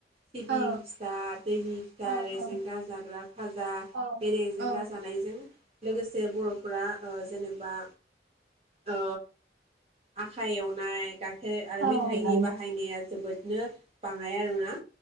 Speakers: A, on the right (about 35°); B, on the right (about 70°).
A: सिबिं
B: औ
A: फिथा, दैनि फिथा
B: औ
A: रेजेंगा
B: औ
A: जाग्रा खाजा
B: औ
A: बे रेजेंगा
B: औ
A: जानायजों लोगोसे बर' फ्रा ओ जेनेबा ओ आखाइ एवनाय गा खेर आरो
B: औ
A: मेथाइनि
B: औ
A: बाहायनाया जोबोदनो बाङाय आरोना।